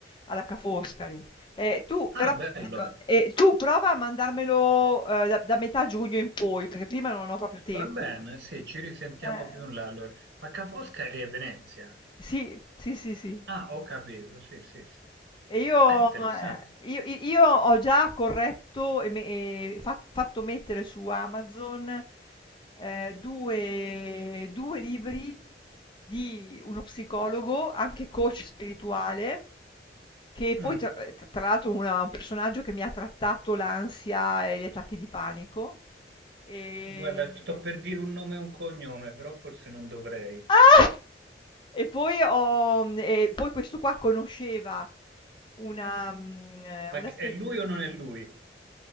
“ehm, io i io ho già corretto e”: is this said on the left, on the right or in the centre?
Left